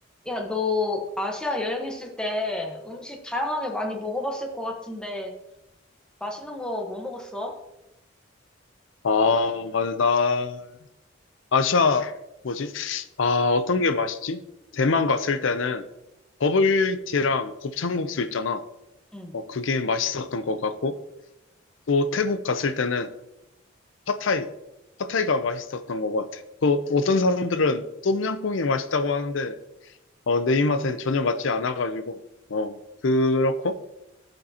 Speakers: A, in the centre; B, on the left (about 70°).
A: 야, 너 아시아 여행했을 때 음식 다양하게 많이 먹어봤을 것 같은데 맛있는 거 뭐 먹었어?
B: 아, 맞아. 나, 아시아, 뭐지? 아, 어떤 게 맛있지? 대만 갔을 때는 버블티랑 곱창국수 있잖아.
A: 응,
B: 어, 그게 맛있었던 것 같고, 또 태국 갔을 때는 팟타이. 팟타이가 맛있었던 것 같아. 또 어떤 사람들은 똠양꿍이 맛있다고 하는데, 어, 내 입맛엔 전혀 맞지 않아가지고, 어, 그렇고,